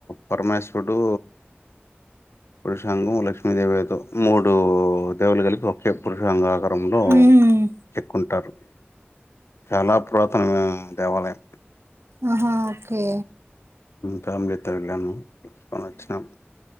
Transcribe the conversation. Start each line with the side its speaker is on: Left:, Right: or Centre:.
Left: పరమేశ్వరుడు పురుషాంగం లక్ష్మీదేవితో మూడు దేవుళ్ళు కలిపి ఒకే పురుషాంగాం రూపంలో
Right: ఉమ్,
Left: చెక్కుంటారు చాలా పురాతనమైన దేవాలయం
Right: ఆహా ఓకే
Left: ఫ్యామిలీతో వెళ్ళాను వచ్చినాం